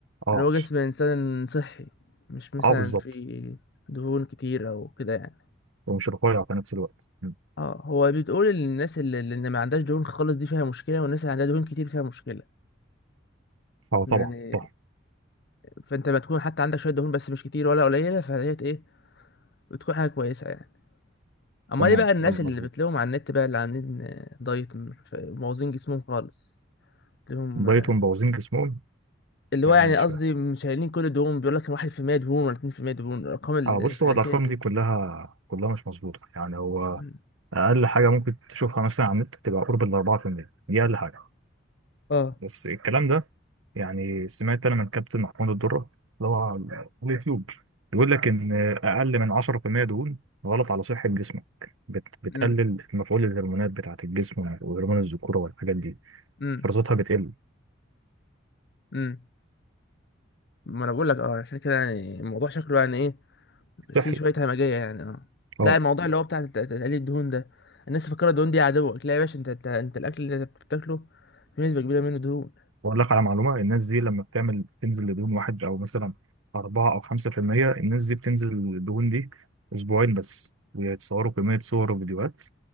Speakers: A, on the right; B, on the left.
A: اه
B: اللي هو جسم انسان صحي مش مثلا
A: اه بالظبط
B: في دهون كتير او كده يعني
A: ومش رفيع في نفس الوقت م.
B: اه هو بتقول ان الناس اللي, اللي ما عندهاش دهون خالص دي فيها مشكله والناس اللي عندها دهون كتير فيها مشكله
A: اه طبعا
B: يعني
A: صح
B: فانت ما تكون حتى عندك شويه دهون بس مش كتير ولا قليله فديت ايه بتكون حاجه كويسه يعني اما
A: تمام
B: ايه بقى الناس
A: كلام
B: اللي
A: مظبوط
B: بتلاقيهم على النت بقى اللي عاملين آه، دايت م- ف- مبوظين جسمهم خالص لهم
A: دايتهم
B: آه،
A: مبوظين جسمهم
B: اللي
A: يعني
B: هو يعني
A: مش
B: قصدي مش شايلين كل دهون بيقول لك 1% دهون ولا 2% دهون الارقام الفلكيه
A: اه بص هو الارقام
B: دي
A: دي كلها كلها مش مظبوطه يعني هو
B: مم.
A: اقل حاجه ممكن تشوفها مثلا على النت تبقى قرب ال 4% دي اقل حاجه
B: اه
A: بس الكلام ده يعني سمعت انا من كابتن محمود الدره اللي هو على اليوتيوب بيقول لك ان اقل من 10% دهون غلط على صحه جسمك بت بتقلل
B: امم
A: مفعول الهرمونات بتاعه الجسم وهرمون الذكوره والحاجات دي
B: امم
A: فرصتها بتقل
B: امم ما انا بقول لك اه عشان كده يعني الموضوع شكله يعني ايه في
A: صحي
B: شويه همجيه يعني اه
A: اه
B: لا الموضوع اللي هو بتاع تق- تقليل الدهون ده الناس فاكره الدهون دي عدوك لا يا باشا انت انت, انت الاكل اللي انت بتاكله في نسبه كبيره منه دهون
A: بقول لك على معلومه الناس دي لما بتعمل بتنزل لدهون واحد او مثلا أربعة أو خمسة في المية الناس دي بتنزل الدهون دي أسبوعين بس ويتصوروا كمية صور وفيديوهات